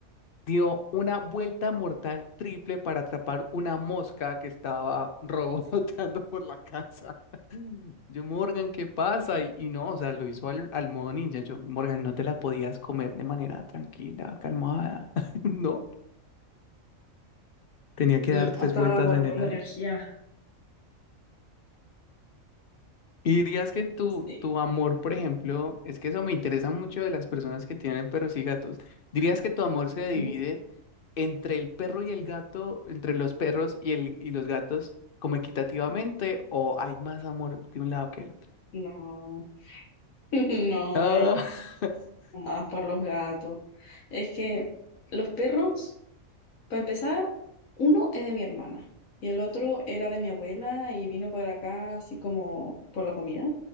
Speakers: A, on the left (about 60°); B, on the left (about 75°).
A: dio una vuelta mortal triple para atrapar una mosca que estaba <laughs> revoloteando por la casa. <laughs> Yo, Morgan, ¿qué pasa? Y, y no, o sea, lo hizo al, al modo ninja. Yo, Morgan, no te la podías comer de manera tranquila, calmada, <laughs> ¿no? Tenía que
B: No,
A: dar tres
B: estaba
A: vueltas
B: guardando
A: en el aire.
B: energía.
A: Y dirías que tu,
B: Sí.
A: tu amor, por ejemplo, es que eso me interesa mucho de las personas que tienen perros y gatos. ¿Dirías que tu amor se divide
B: Ujú.
A: entre el perro y el gato, entre los perros y, el, y los gatos, como equitativamente, o hay más amor de un lado que del otro?
B: No, <laughs> no
A: Ah,
B: hay
A: <laughs>
B: más por los gatos. Es que los perros, para empezar, uno es de mi hermana y el otro era de mi abuela y vino para acá así como por la comida.